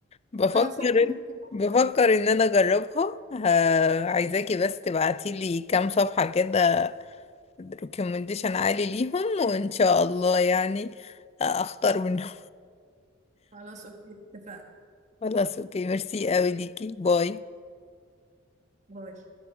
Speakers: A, on the left (about 30°); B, on the right (about 35°).
A: بفكر
B: انا انصحك انك انت
A: بفكر
B: تتابعي.
A: ان انا اجربها ه- عايزاكي بس تبعتيلي كام صفحة كده ريكومنديشن عالي ليهم وان شاء الله يعني اختار منهم
B: خلاص اوكي اتفقنا
A: <laughs> خلاص اوكي ميرسي قوي ليكي باي
B: باي